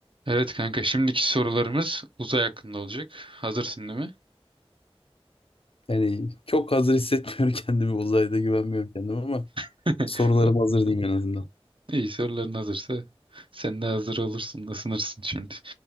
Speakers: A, on the right; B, on the left.
A: Evet kanka şimdiki sorularımız uzay hakkında olacak. Hazırsın değil mi?
B: Yani çok hazır hissetmiyorum <laughs> kendimi uzayda güvenmiyorum kendime ama
A: <laughs>
B: sorularım hazır diyeyim en azından.
A: İyi soruların hazırsa sen de hazır olursun da sınırsın şimdi.